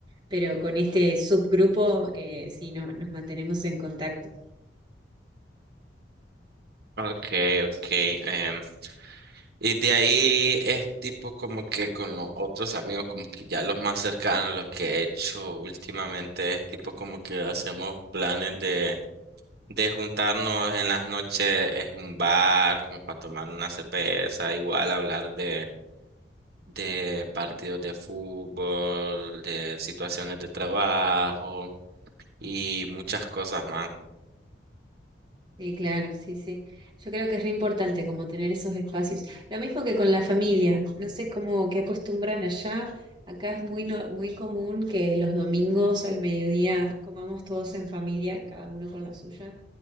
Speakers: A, on the right (about 25°); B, on the right (about 60°).
A: Pero con este subgrupo, eh, sí, no, nos mantenemos en contacto.
B: Okay, okay. em, y de ahí es tipo como que con los otros amigos, como que ya los más cercanos, los que he hecho últimamente, es tipo como que hacemos planes de juntarnos en las noches en un bar, como para tomar una cerveza, igual hablar de, de partidos de fútbol, de situaciones de trabajo y muchas cosas más.
A: Sí, claro, sí, sí. Yo creo que es re importante como tener esos espacios. Lo mismo que con la familia. No sé cómo qué acostumbran allá. Acá es muy no- muy común que los domingos al mediodía comamos todos en familia, cada uno con la suya,